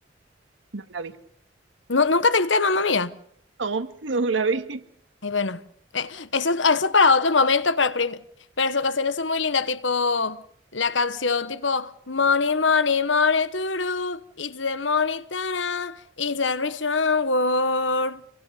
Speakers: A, on the right (about 85°); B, on the left (about 80°).
A: No la vi.
B: ¿No, nunca te viste Mamma Mía?
A: No, no la vi.
B: Ay, bueno, eh, eso, eso es para otro momento, pero, prim- pero sus canciones son muy lindas, tipo la canción tipo Money, Money, Money, Turu, It's the Money, Tana, It's a Rich World.